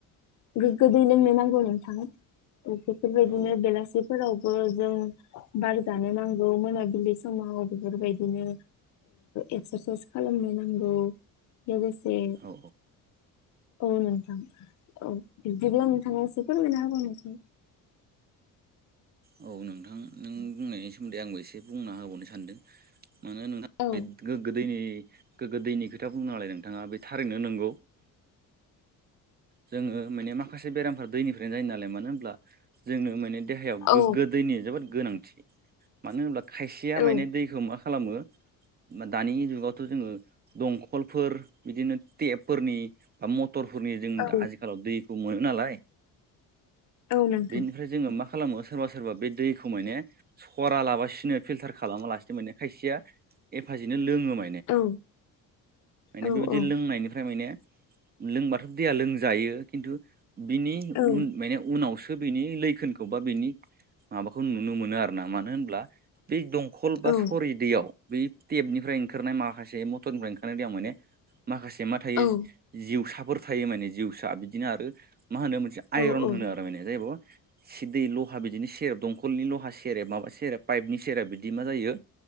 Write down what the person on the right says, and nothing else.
औ
औ
औ नोंथां नों बुंनायनि सोमोन्दै आंबो एसे बुंना होबावनो सानदों माना नोंथाङा
गोदोनि गोगो दैनि खोथा बुंनो नालाय नोंथाङा बे थारैनो नंगौ जोङो माने माखासे बेरामफ दैनिफ्रायनो जायो नालाय मानो होनब्ला जोंनो माने देहायाव
गोगो दैनि जोबोद गोनांथि मानो होनोब्ला खायसेया
माने दैखौ खालामो दानि जुगावथ' जोङो दंखलफोर बिदिनो टेपफोरनि बा मटरफोरनि जों
आजिखालाव दैखौ मोनो नालाय
बेनिफ्राय जोङो माखासे खालामो सोरबा सोरबा बे दैखौ माने सरा लाबासिनो फिल्टार खालामालासिनो माने खायसेया एफाजिनो लोङोम
बेबादि
लोंनायनिफ्राय माने लोंबाथ दैया लोंजायो जायो खिन्थु बिनि उन
माने उनावसो बिनि लैखोनखौ बा बिनि माबाखौ नुनो मोनो आरोना मानो होनब्ला बे दं कल बा
सरि दैयाव बै टेबनिफ्राय ओंखारनाय माखासे मटरनिफ्राय ओंखारनाय दै आं माने माखासे मा थायो
जिउसाफोर थायो माने जिउसा बिदिनो आरो मा होनो मोनसे आइरन
होनो आरो माने जाहैब सि दै लहा बिदिनो सेरेब दंखलनि लहा सेरेब माबा सेरेब पाइपनि सेरेब बिदि मा जायो